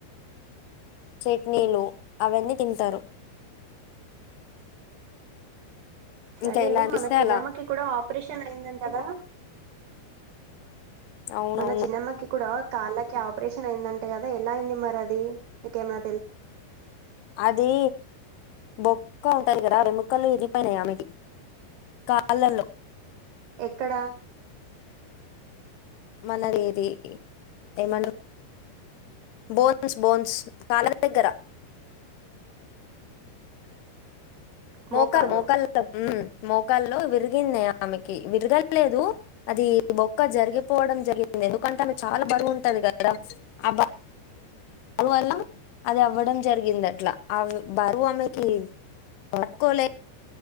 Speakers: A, on the left (about 75°); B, on the right (about 70°).
A: చట్నీలు అవన్నీ తింటారు
B: సరే
A: ఇంకా ఎలా అనిపిస్తే
B: మన చిన్నమ్మకి
A: అలా
B: కూడా ఆపరేషన్ అయిందండి కదా
A: అవునవును
B: మన చిన్నమ్మకి కూడా కాళ్ళకి ఆపరేషన్ అయిందంటే కదా ఎలా అయింది మరి అది నకేమనా
A: అదే బ ముక్క ఉంటది కదా అ రముక్కలు ఎరిపోయినాయి ఆమెటి కాళ్ళల్లో
B: ఎక్కడ
A: మనదిది ఏమ బోన్స్ బోన్స్ కాల దగ్గర మోకల్
B: మోకాళ్ళు
A: మోకల్ో మొక్కల్లో విరిగింది ఆమెకి విరగలేదు అది బొక్క జరిగిపోవడం జరిగింది అంట చాలా బరువుంటది కదా ఆ బా బరువల్ల అది అవ్వడం జరిగింది అట్లా ఆ బరువు ఆమెకి వాట్ కోలే